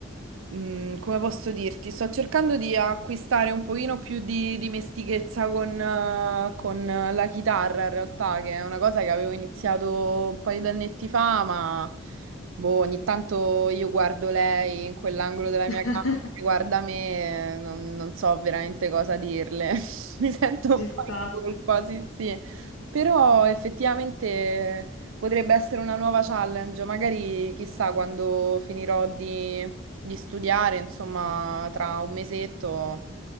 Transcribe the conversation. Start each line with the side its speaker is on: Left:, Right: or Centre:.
Right: mm, come posso dirti, sto cercando di acquistare un pochino più di dimestichezza con, eh, con la chitarra in realtà, che è una cosa che avevo iniziato un paio di annetti fa, ma boh, ogni tanto io guardo lei in quell'angolo della
Left: <laughs>
Right: mia camera, che guarda me, e non, non so veramente cosa dirle, <laughs> mi sento
Left: Ci
Right: un po'
Left: sta,
Right: in colpa, sì sì. Però effettivamente potrebbe essere una nuova challenge, magari chissà quando finirò di, di studiare, insomma, tra un mesetto,